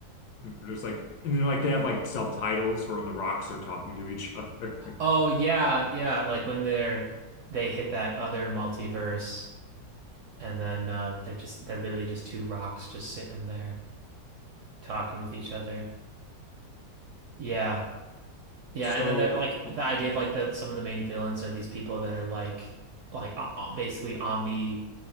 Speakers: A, on the left (about 70°); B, on the right (about 65°).
A: there's like and then like they have like subtitles for when the rocks are talking to each other.
B: Oh yeah, yeah. Like when they're they hit that other multiverse, and then uh, they're just they're literally just two rocks just sitting there talking with each other. Yeah, yeah.
A: <laughs> So
B: And then they're like
A: oh,
B: the idea of like the some of the main villains are these people that are like like o- o- basically omni